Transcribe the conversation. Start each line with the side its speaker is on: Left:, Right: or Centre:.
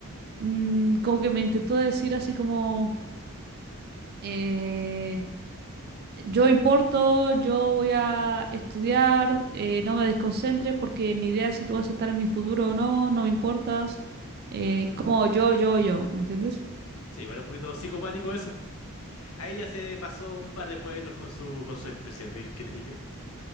Right: Mm, como que me intentó decir así como, eh, yo importo, yo voy a estudiar, eh, no me desconcentres porque ni idea si tú vas a estar en mi futuro o no, no me importas. Eh,
Left: Ujú.
Right: como yo, yo, yo, ¿me entiendes?
Left: Sí, igual un poquito psicopático eso, <laughs> pero ahí ya se pasó un par de pueblos con su, con su expresión, ¿qué querés que te diga?